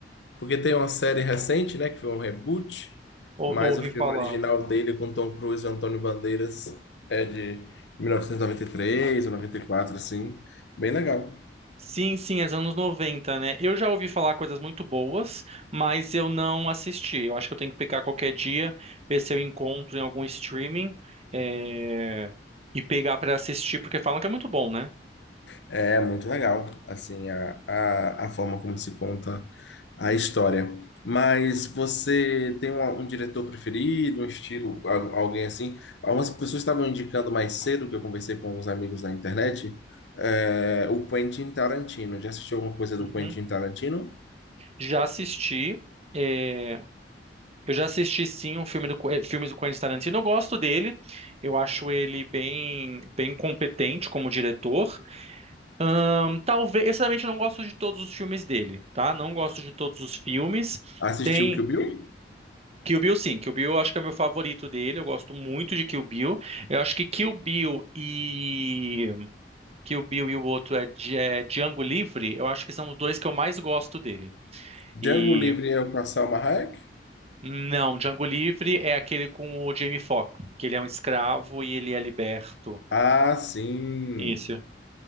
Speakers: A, on the left; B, on the right.
A: Porque tem uma série recente, né, que foi um reboot,
B: Ou,
A: mas
B: ouvi
A: o filme
B: falar.
A: original dele com Tom Cruise e Antônio Bandeiras é de 1993 ou 94, assim, bem legal.
B: Sim, sim, é dos anos noventa né? Eu já ouvi falar coisas muito boas, mas eu não assisti. Eu acho que eu tenho que pegar qualquer dia, ver se eu encontro em algum streaming, é, e pegar pra assistir, porque falam que é muito bom, né?
A: É muito legal, assim, a, a, a forma como se conta a história. Mas você tem um, um diretor preferido, um estilo, al- alguém assim? Algumas pessoas estavam indicando mais cedo, que eu conversei com alguns amigos na internet, é, o Quentin Tarantino. Já assistiu alguma coisa do
B: Uhum.
A: Quentin Tarantino?
B: Já assisti. é, Eu já assisti sim um filme do Qu- eh, filmes do Quentin Tarantino. Eu gosto dele. Eu acho ele bem bem competente como diretor. Ahn, talvez, eu sinceramente não gosto de todos os filmes dele, tá? Não gosto de todos os filmes.
A: Assistiu
B: Tem
A: Kill Bill?
B: Kill Bill, sim. Kill Bill eu acho que é o meu favorito dele. Eu gosto muito de Kill Bill. Eu acho que Kill Bill e. Kill Bill e o outro é, Di- é Django Livre. Eu acho que são os dois que eu mais gosto dele.
A: Django
B: E.
A: Livre é com a Salma Hayek?
B: Não, Django Livre é aquele com o Jamie Foxx, que ele é um escravo e ele é liberto.
A: Ah, sim.
B: Isso.